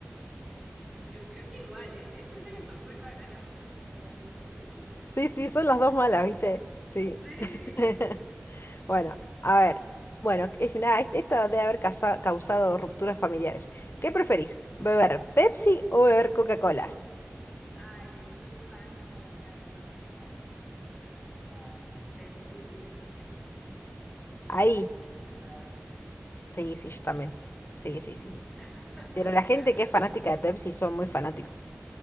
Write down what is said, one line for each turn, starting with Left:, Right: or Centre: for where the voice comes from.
Right: Yo creo que igual, es que siento que son muy raras las opciones, pero sí, yo creo que igual.
Left: Sí, sí, son las dos malas, ¿viste? Sí.
Right: Sí.
Left: <laughs> Bueno, a ver. Bueno, es una, est- esta debe haber casa- causado rupturas familiares. ¿Qué preferís? ¿Beber Pepsi o beber Coca-Cola?
Right: Ah, yo soy fan número uno de la Coca-Cola. Me, o sea, Pepsi, no sé, siento que le falta,
Left: Ahí.
Right: le falta todavía.
Left: Sí, sí, yo también. Sí, sí, sí.
Right: <laughs>
Left: Pero la gente que es fanática de Pepsi son muy fanáticos.